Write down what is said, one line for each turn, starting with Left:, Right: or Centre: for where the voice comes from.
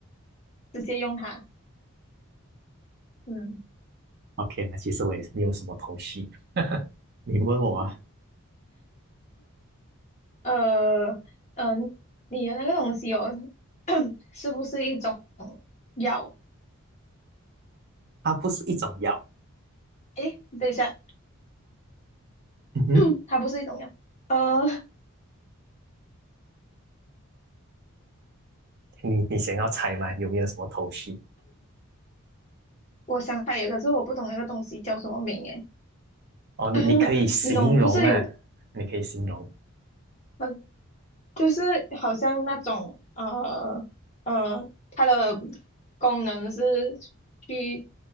Left: 直接用它，<laughs> 嗯，
Right: ？OK，那其实我也是没有什么头绪。<laughs> 你问我啊，
Left: 呃，嗯呃，你的那个东西哦，<coughs> 是不是一种药？
Right: 它不是一种药。
Left: 诶，等一下，
Right: 嗯哼，
Left: <coughs> 它不是一种药，呃，
Right: 你你想要猜吗？有没有什么头绪？
Left: 我想起有，个，可是我不懂那个东西叫什么名诶，
Right: 哦，你你可以形容啊，
Left: <laughs> 你懂，不是有，
Right: 你可以形容。
Left: 呃就是好像那种呃呃，它的功能是去